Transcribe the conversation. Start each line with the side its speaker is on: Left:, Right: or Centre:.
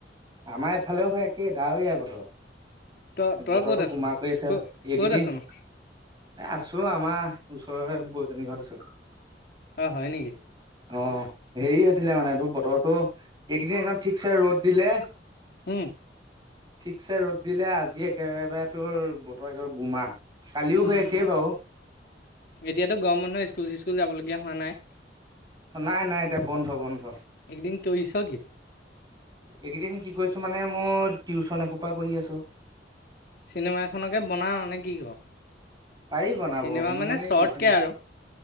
Right: আমাৰ এফালেও সেই, একেই ডাৱৰীয়া বতৰ।
Left: তই তই
Right: বতৰতো
Left: ক'ত আছ?
Right: গোমা কৰি আছে,
Left: ক-ক'ত
Right: এইকেইদিন
Left: আছনো?
Right: আছোঁ আমাৰ ওচৰৰে বৌ, এজনী ঘৰত আছোঁ।
Left: অ', হয় নেকি?
Right: অ', হেৰি হৈছিলে মানে টো, বতৰটো এইকেইদিন একদম ঠিকছে ৰ'দ দিলে।
Left: হম,
Right: ঠিকছে ৰ'দ দিলে, আজি একেবাৰে তোৰ বতৰ একেবাৰে গোমা, কালিও
Left: উম,
Right: সেই একেই বাৰু।
Left: এতিয়াতো গৰম বন্ধ, স্কুল-চিস্কুল যাবলগীয়া হোৱা নাই।
Right: নাই, নাই এতিয়া বন্ধ, বন্ধ।
Left: এইকেইদিন তৰিছ কি?
Right: এইকেইদিন কি কৰিছো মানে মোৰ, টিউচন এসোপা কৰি আছোঁ।
Left: চিনেমা এখনকে বনাওঁ নে, কি ক?
Right: পাৰি বনাব,
Left: চিনেমা
Right: মোৰ মানে
Left: শ্বৰ্টকে
Right: টিউচন এখ
Left: আৰু।